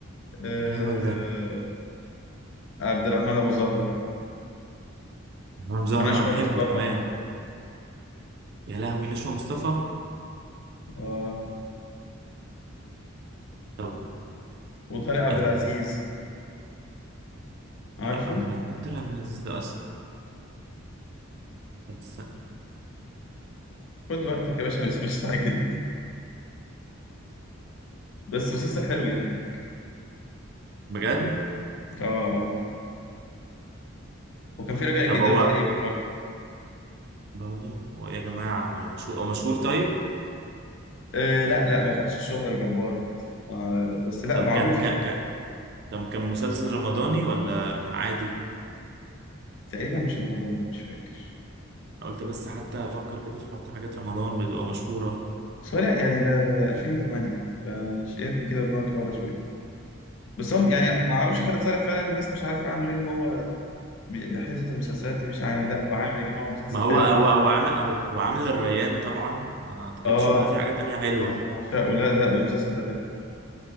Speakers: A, on the left; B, on the right.
A: آه
B: ايه الهبل ده
A: عبد الرحمن أبو زهرة
B: امام زهر
A: ونشوى
B: انا بحبه
A: مصطفى
B: كمان يا لهوي نشوى مصطفى
A: اه
B: طب
A: وطارق عبد
B: آه...
A: العزيز عارفه
B: طارق عبد العزيز طارق عبد العزيز ده اصلا طب است-
A: خد وقتك يا باشا مش مستعجلين بس مسلسل حلو يعني
B: بجد
A: اه اه وكان في رجاء الجداوي
B: طب هو
A: تقريبا برضه
B: برضه هو ايه يا جماعه هو مشهور هو مشهور طيب
A: آه لا لا ما خدش الشهرة الجبارة كده آه بس لا
B: طب
A: معروف
B: كان ك...
A: يعني
B: ك... طب كان مسلسل رمضاني ولا كان عادي؟
A: تقريبا مش رمضان مش فاكر
B: أنا قلت بس حتى أفكر كده في حتى حاجات رمضان بتبقى مشهورة
A: بس هو لا يعني ده ده 2008 فشيربي كده دماغك لورا شوية بس هم يعني ما اعرفش خالد صالح فعلا الناس مش عارفة عنه لان هو م- حتة المسلسلات دي مش عامل لا هو عامل يا جماعة هو مسلسل
B: ما هو
A: حلو
B: هو هو عامل هو هو عامل الريان طبعا ما أعتقدش
A: اه
B: بقى في حاجة تانية حلوة
A: انا بعشقه لا ده المسلسل ده حلو